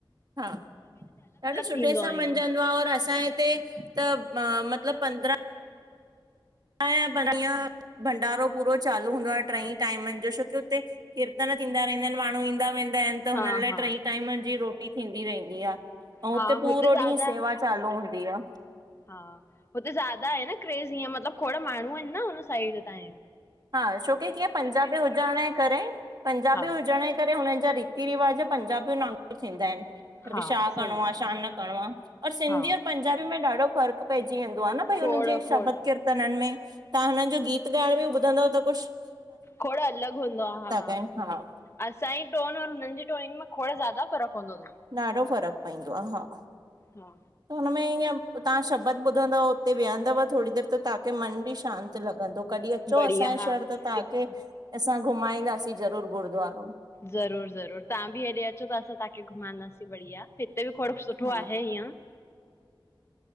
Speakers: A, on the right; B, on the left.
A: हा, ॾाढो सुठे
B: थींदो
A: सां
B: आ ईअं।
A: मंञिजंदो आ, और असांजे हिते त म, मतिलब पंद्रां <unintelligible> भंडारो पूरो चालू हूंदो आ, ट्रईं टाइमनि जो, छोकी हुते कीर्तन थींदा रहंदा इनि माण्हूं ईंदा वेंदा इनि त
B: हा
A: हुननि लाइ
B: हा
A: ट्रई टाइमनि जी रोटी थींदी रहंदी आ। अऊं
B: हा
A: हुते पूरो
B: ज़्यादा
A: ॾींहुं सेवा चालू हूंदी आ।
B: हा हुते ज्यादा आहे न क्रेज़ इअं मतिलबु खोड़ माण्हूं इनि न हुन साइड तांं ये।
A: हा, छोकी कीअं पंजाबी हुजण जे करे, पंजाबी
B: हा।
A: हुजण जे करे हुननि जा रीति रिवाज़ पंजाबिन वांगुर थींदा इन।
B: हा
A: छा
B: सही
A: करिणो आ छा न करिणो आ, और सिंधी
B: हा
A: और पंजाबी में ॾाढो फ़र्क़ु पइजी वेंदो आ न, भई
B: खोड़
A: हुन जे
B: खोड़
A: शबद कीर्तननि में, तां हुननि जो गीत ॻाइण में ॿुधंदोव त कुछु
B: खोड़ अलॻि हूंदो आ, हा।
A: ॻाइनि हा
B: असांजी टोन और हुननि जी टोइंग में खोड़ ज़्यादा फ़र्क़ु हूंदो तनि।
A: ॾाढो फ़र्क़ु पईंदो आ, हा।
B: हा।
A: त हुनमें ईअं तां शबद ॿुधंदव उते वेहंदव थोरी जट त तांखे मन बि शांति लॻंदो। कॾी अचो
B: बढ़िया
A: असांजे
B: हा
A: शहर त तांखे
B: हिकु
A: असां घुमाईंदासीं ज़रूरु गुरुद्वारो।
B: ज़रूर ज़रूर, तां बि हेॾे अचो ता त असां तांखे घुमंदासीं। बढ़िया, हिते बि थोरो सुठो
A: हा
B: आहे हीअं।